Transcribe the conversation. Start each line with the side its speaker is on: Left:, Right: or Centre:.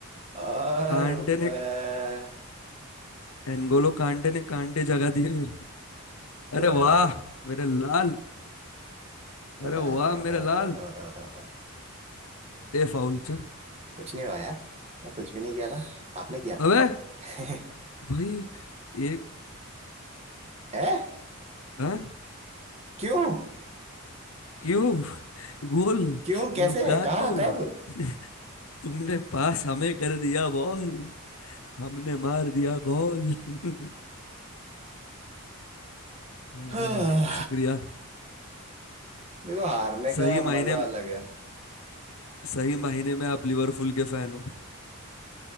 Right: और
Left: कांटे
Right: ऊपर
Left: ने एनगोलो कांटे ने कांटे जगा दिए मेरे अरे
Right: कोई
Left: वाह
Right: बात नहीं
Left: मेरे लाल
Right: होता
Left: अरे
Right: है, होता
Left: वाह
Right: है, होता
Left: मेरे
Right: है, होता
Left: लाल
Right: है, होता है, होता है, होता है।
Left: ए फाउल चल
Right: कुछ नहीं हुआ यार मैं कुछ भी नहीं किया था आपने किया
Left: अबे
Right: था <laughs> है
Left: भाई ये
Right: है
Left: हाँ
Right: क्यों
Left: क्यों गोल
Right: क्यों कैसे
Left: लुकाकू
Right: कहाँ कब
Left: <laughs> तुमने पास हमें कर दिया बॉल हमने मार दिया गोल <laughs> अरे
Right: <sighs> हाँ,
Left: वाह शुक्रिया
Right: देखो हारने का
Left: सही
Right: मजा
Left: मायने में
Right: अलग है
Left: सही महीने में आप लिवरपूल के फैन हो